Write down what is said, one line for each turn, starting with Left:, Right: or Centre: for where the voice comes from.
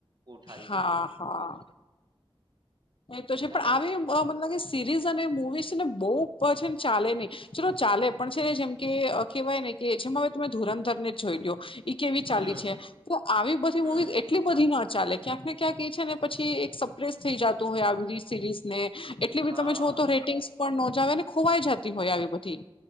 Right: ઉઠાવી
Left: હા
Right: દીધો
Left: હા. એ પછી પણ
Right: અને
Left: આવે એવું બ મન લાગે સિરીઝ અને મૂવીઝ ને બહુ પછી ન ચાલે નહી ચલો ચાલે પણ છે જેમ કે અ કહેવાય ને કે જેમાં હવે તમે ધુરંધર ને જ જોઈ લ્યો. એ કેવી ચાલી
Right: હમ
Left: છે તો આવી બધી
Right: હમ
Left: મૂવીઝ એટલી બધી નો ચાલે. ક્યાંક ને ક્યાંક એ છે ને પછી એક સરપ્ર્રેઝ થઈ જતો હોય આવી બઘી સિરીઝ ને. એટલી બધી
Right: હા
Left: તમે જોુઓ તો રેટિંગ્સ પણ નોજ આવે ને ખોવાઈ જતી હોય આવી બધી.